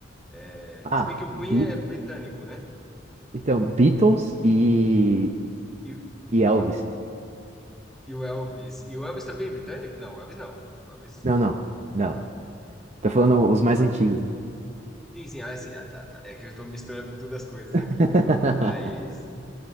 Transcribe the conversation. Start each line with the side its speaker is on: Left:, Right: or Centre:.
Centre: É,
Right: Ah,
Centre: se bem que o
Right: Beat...
Centre: Queen é britânico, né?
Right: Então, Beatles e...
Centre: E, o-
Right: e Elvis.
Centre: e o Elvis. E o Elvis também é britânico? Não, o Elvis não. O Elvis.
Right: Não, não, não. Tô falando os mais antigos, né?
Centre: Sim, sim, ah, sim. Ah, tá, tá. É que eu estou misturando todas as coisas
Right: <laughs>
Centre: aqui. Mas,